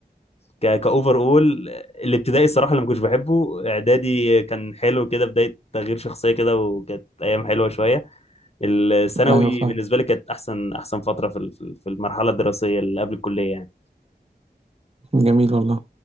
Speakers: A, on the left; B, on the right.
A: ك كاوفر اول الابتدائي الصراحه اللي ما كنتش بحبه اعدادي كان حلو كده بدايه تغيير شخصيه كده وكانت ايام حلوه شويه الثانوي
B: ايوه فاهم
A: بالنسبه لي كانت احسن احسن فتره في ال- في ال- في المرحله الدراسيه اللي قبل الكليه يعني
B: جميل والله